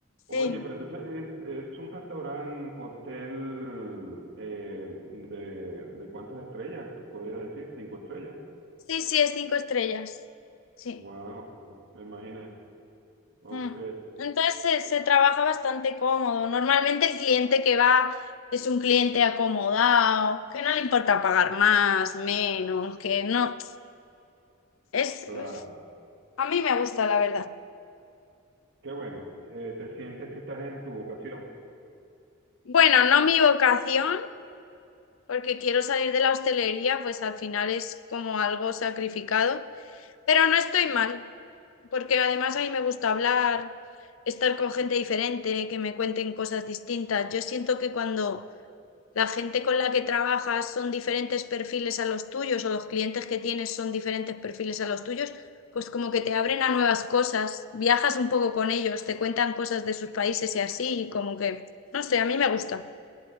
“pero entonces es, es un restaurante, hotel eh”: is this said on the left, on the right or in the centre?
Right